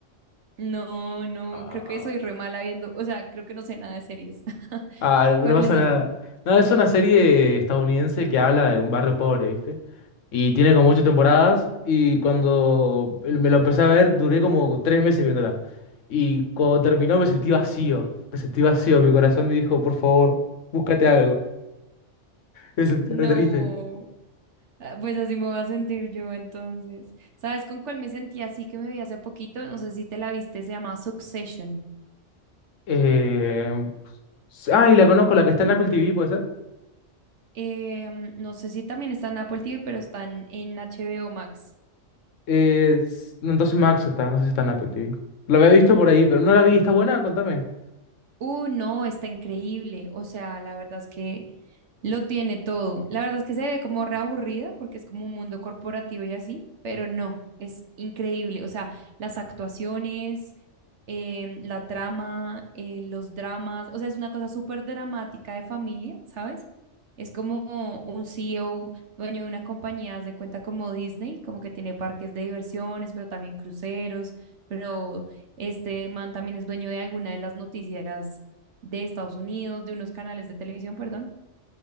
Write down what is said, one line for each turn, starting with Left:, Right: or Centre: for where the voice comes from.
Right: No, no,
Left: Ah,
Right: creo que soy re mala viendo, o sea, creo que no sé nada de series. <laughs>
Left: ah, no
Right: ¿Cuál
Left: pasa
Right: es esa?
Left: nada. No, es una serie estadounidense que habla de un barrio pobre, ¿viste? Y tiene como ocho temporadas, y cuando me lo empecé a ver, duré como tres meses viéndola. Y cuando terminó me sentí vacío, me sentí vacío, mi corazón me dijo, por favor, búscate algo. Me sentí
Right: No,
Left: re triste.
Right: ah, pues así me voy a sentir yo entonces. ¿Sabes con cuál me sentí así que me vi hace poquito? No sé si te la viste, se llama Succession.
Left: Eh, s- ah, y la conozco, la que está en Apple TV, ¿puede ser?
Right: Em, no sé si también está en Apple TV, pero está en, en HBO Max.
Left: Eh, s- no, entonces Max está, no sé si está en Apple TV. La había visto por ahí, pero no la vi, ¿está buena? Contame.
Right: Uh, no, está increíble. O sea, la verdad es que lo tiene todo. La verdad es que se ve como reaburrida porque es como un mundo corporativo y así, pero no, es increíble. O sea, las actuaciones, em, la trama, eh, los dramas, o sea, es una cosa súper dramática de familia, ¿sabes? Es como un CEO, dueño de una compañía, haz de cuenta como Disney, como que tiene parques de diversiones, pero también cruceros, pero este man también es dueño de alguna de las noticias de Estados Unidos, de unos canales de televisión, perdón,